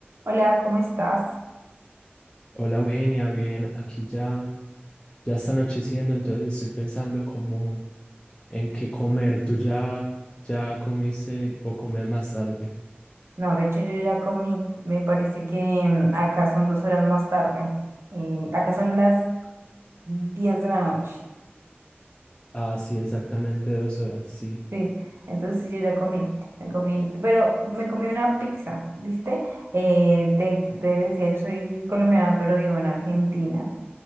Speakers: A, on the right; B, on the left.
A: Hola, ¿cómo estás?
B: Hola Eugenia, bien, aquí ya, ya está anocheciendo, entonces estoy pensando como en qué comer. ¿Tú ya, ya comiste o comes más tarde?
A: No, de hecho yo ya comí. Me parece que mm, acá son dos horas más tarde. Eh, acá son las 10 de la noche.
B: Ah, sí, exactamente dos horas, sí,
A: Sí, entonces sí, yo ya comí. Me comí, pero me comí una pizza, ¿viste? Eh, te, te decía, yo soy colombiana, pero vivo en Argentina